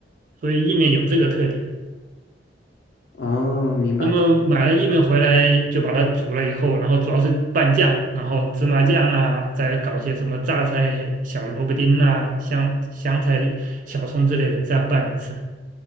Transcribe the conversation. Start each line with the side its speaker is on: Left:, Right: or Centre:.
Right: 所以意面有这个特点。
Left: 哦，明白。
Right: 那么买了薏米回来就把它煮了以后，然后主要是拌酱，然后芝麻酱啊，再搞些什么榨菜、小萝卜丁啊、香香菜、小葱之类的，这样拌着吃。